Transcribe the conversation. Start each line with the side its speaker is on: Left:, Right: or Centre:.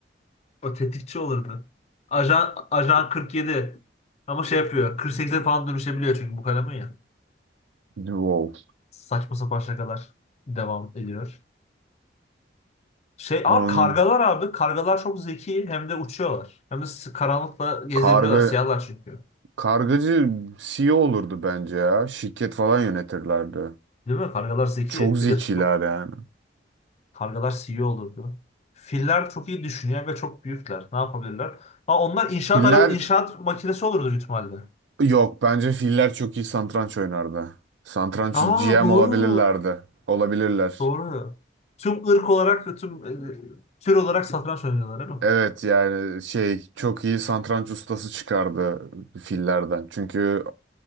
Left: O tetikçi olurdu. Ajan, Ajan 47. Ama şey yapıyor. 48'e falan dönüşebiliyor çünkü bu kalemin ya.
Right: Wow.
Left: Saçma sapan şakalar devam ediyor. Şey, aa
Right: Onun
Left: kargalar abi. Kargalar çok zeki hem de uçuyorlar. Hem de s- karanlıkla gezebiliyorlar.
Right: karga
Left: Siyahlar çünkü.
Right: kargacı CEO olurdu bence ya. Şirket falan yönetirlerdi.
Left: Değil mi? Kargalar zeki.
Right: Çok zekiler
Left: Bir de to-
Right: yani.
Left: Kargalar CEO olurdu. Filler çok iyi düşünüyor ve çok büyükler. Ne yapabilirler? Ha, onlar inşaat
Right: Piller.
Left: araba, inşaat makinesi olurdu büyük ihtimalle.
Right: Yok bence filler çok iyi satranç oynardı. Satranç
Left: Aa
Right: GM
Left: doğru.
Right: olabilirlerdi. Olabilirler.
Left: Doğru. Tüm ırk olarak, ve tüm e, tür olarak satranç oynuyorlar değil
Right: Evet
Left: mi?
Right: yani şey çok iyi satranç ustası çıkardı fillerden. Çünkü